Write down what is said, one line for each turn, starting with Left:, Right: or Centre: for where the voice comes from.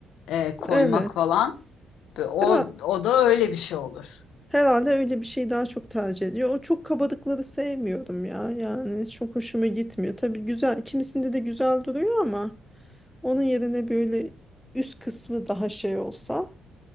Left: e, koymak
Centre: Evet.
Left: falan. Ve O,
Centre: Herhal-
Left: o da öyle bir şey olur.
Centre: herhalde öyle bir şey daha çok tercih ediyor. O çok kabalıkları sevmiyorum ya. Yani çok hoşuma gitmiyor. Tabii güzel. Kimisinde de güzel duruyor ama onun yerine böyle üst kısmı daha şey olsa.